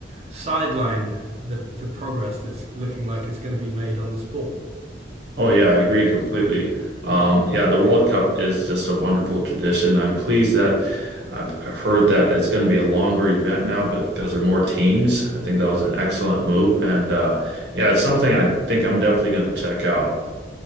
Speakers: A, on the right; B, on the right.
A: sideline the the progress that's looking like it's going to be made on the sport.
B: Oh yeah, I agree completely. Um, yeah, the World Cup is just a wonderful tradition. I'm pleased that I've I've heard that it's going to be a longer event now, but because there are more teams, I think that was an excellent move. And uh, yeah, it's something I think I'm definitely going to check out.